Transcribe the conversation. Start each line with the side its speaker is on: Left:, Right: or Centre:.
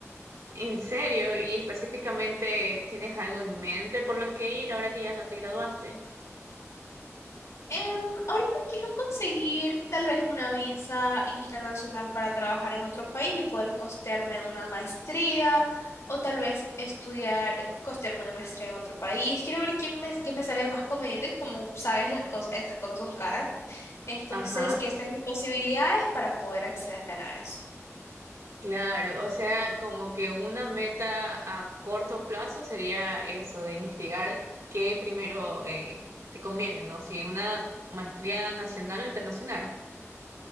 Right: En serio, y específicamente, ¿tienes algo en mente por lo que ir ahora que ya te graduaste?
Left: Em, ahorita quiero conseguir tal vez una visa internacional para trabajar en otro país y poder costearme una maestría o tal vez estudiar, costearme una maestría en otro país. Quiero ver qué me, qué me sale más conveniente, como sabes, las cosas, estas cosas son caras. Entonces,
Right: Ajá.
Left: qué están mis posibilidades para poder acceder a eso.
Right: Claro, o sea, como que una meta a corto plazo sería eso, de investigar qué primero eh, te conviene, ¿no? Si una maestría nacional o internacional.